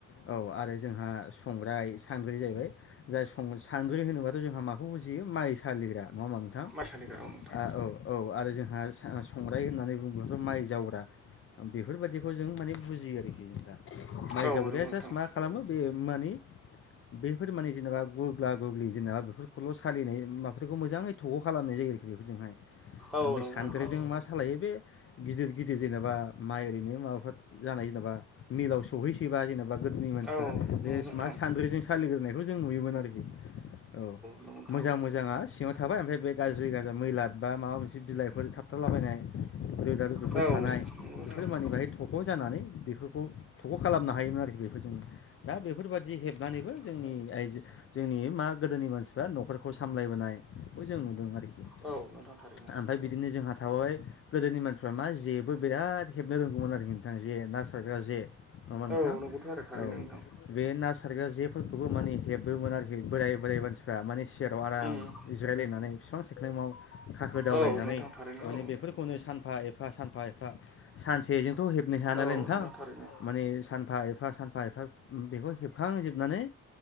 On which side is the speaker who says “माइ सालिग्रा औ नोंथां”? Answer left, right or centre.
Centre